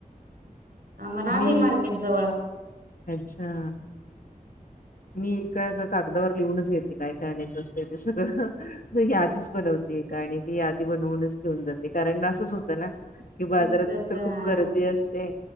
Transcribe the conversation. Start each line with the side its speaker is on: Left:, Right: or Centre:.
Right: मला आहे
Left: मी
Right: मार्केट जवळ
Left: अच्छा मी एका एका कागदावर लिहूनच घेते काय काय आणायचे असते ते सगळं त यादीच बनवते आणि ती यादी बनवूनच घेऊन जाते कारण असंच होतं ना कि बाजारात
Right: विसरत
Left: तर
Right: हा
Left: खूप गर्दी असते